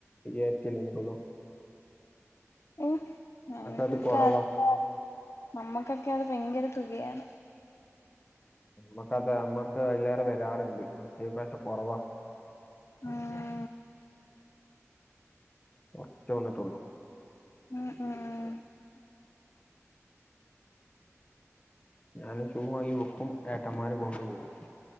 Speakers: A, on the left; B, on the left.
A: അയ്യാരത്തിയല്ലേ വന്ന്ട്ടൊള്ളു.
B: ഉം ഞങ്ങൾക്കൊക്കെ
A: അത് കുറവാ
B: അതൊക്കെ നമ്മക്കൊക്കെ അത് ഭയങ്കര തുകയാണ്.
A: നമ്മക്കത് നമ്മക്ക് അയ്ലേറെ വരാറ്ണ്ട്. ഈ പ്രാവശ്യം കൊറവാ
B: ആഹ്.
A: കൊർച്ചേ വന്നിട്ടൊള്ളൂ.
B: ആഹ് ആഹ്
A: ഞാന് ഷൂവ് വാങ്ങി വെക്കും ഏട്ടന്മാര് കൊണ്ടുപോകും.